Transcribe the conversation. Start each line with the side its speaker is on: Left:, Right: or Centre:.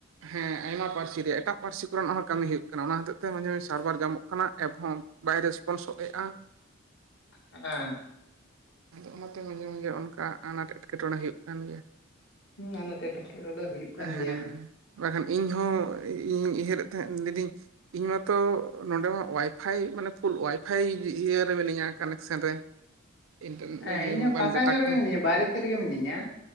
Right: ᱦᱮᱸ ᱟᱭᱢᱟ ᱯᱟᱨᱥᱤ ᱨᱮᱭᱟᱜ ᱮᱴᱟᱜ ᱯᱟᱨᱥᱤ ᱠᱚᱨᱮ ᱱᱟᱜ ᱦᱚᱸ ᱠᱟᱢᱤ ᱦᱩᱭᱩᱜ ᱠᱟᱱᱟ ᱚᱱᱟ ᱦᱚᱛᱮᱡ ᱛᱮ ᱢᱟᱸᱡᱷᱮ ᱢᱟᱸᱡᱷ ᱥᱟᱨᱵᱷᱟᱨ ᱡᱟᱢᱚᱜ ᱠᱟᱱᱟ ᱮᱯ ᱦᱚᱸ ᱵᱟᱭ ᱨᱮᱥᱼᱼ <unintelligible>
Left: ᱦᱮᱸ᱾
Right: ᱟᱫᱚ ᱚᱱᱟ ᱛᱮ ᱢᱟᱸᱡᱷᱮ ᱢᱟᱡᱷᱮ ᱚᱱᱠᱟ ᱟᱱᱟᱴ ᱮᱴᱠᱮᱴᱚᱬᱮ ᱦᱩᱭᱩᱜ ᱠᱟᱱ ᱜᱮᱭᱟ᱾
Left: ᱦᱩᱸ ᱟᱱᱟᱴ ᱮᱴᱠᱮᱴᱚᱬᱮ ᱦᱩᱭᱩᱜ
Right: ᱦᱮᱸ
Left: ᱠᱟᱱ ᱜᱮᱭᱟ᱾
Right: ᱵᱟᱠᱷᱟᱱ ᱤᱧᱦᱚᱸ ᱤᱧ ᱩᱭᱦᱟᱹᱨᱮᱫ ᱛᱟᱦᱮᱸᱜ ᱞᱤᱭ ᱫᱤᱧᱼᱼ ᱤᱧ ᱢᱟᱛᱚ ᱱᱚᱸᱰᱮ ᱦᱚᱸ ᱣᱟᱭᱼᱯᱷᱟᱭ ᱢᱟᱱᱮ ᱯᱷᱩᱞ ᱣᱟᱭᱼᱼ ᱯᱷᱟᱭ ᱤᱭᱟᱹ ᱨᱮ ᱢᱤᱱᱟᱹᱧᱟ ᱠᱟᱱᱮᱠ ᱥᱮᱱ ᱨᱮ᱾ ᱤᱱᱴᱟᱨᱱᱮᱴ
Left: ᱦᱮᱸ
Right: ᱨᱮ ᱡᱮ
Left: ᱤᱧ
Right: ᱢᱳᱵᱟᱭᱤᱞ
Left: ᱦᱚᱸ ᱯᱷᱟᱸᱠᱟ
Right: ᱰᱟᱴᱟ
Left: ᱧᱚᱜ
Right: ᱠᱷᱟᱱ
Left: ᱨᱮᱜᱮ ᱢᱤᱱᱟᱹᱧᱟ ᱵᱟᱦᱨᱮ ᱥᱮᱜ ᱨᱮᱜᱮ ᱢᱤᱱᱟᱹᱧᱟ᱾